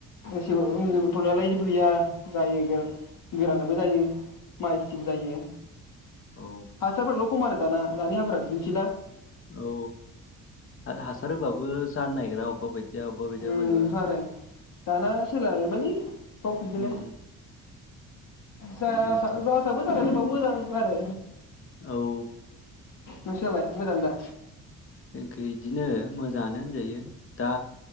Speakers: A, on the left; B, on the left.
A: एसेबो ओं जेबो थ गैया जायै जों गोरानानोबो जायो माइ खेथिबो जायो
B: औ
A: हासार फोरालाय खम आरो दाना दानि हाफोरा बिदिनोसै ना
B: औ हा हासार होबाबो जानो नागिरा अबेबा बायदिया अबेबा बायदिया
A: उम
B: बोरैबा
A: बेनोथ' आरो दाना सोलाय लांजोबायलै सब बिदिनो
B: उम
A: जा
B: बेनोथ'
A: सा जासाबो जानायालाय होमबाबो मोजां आरो
B: औ
A: नोंसिनालाय मोजां दा
B: जोंनिखै इदिनो मोजाङानो होनजायो दा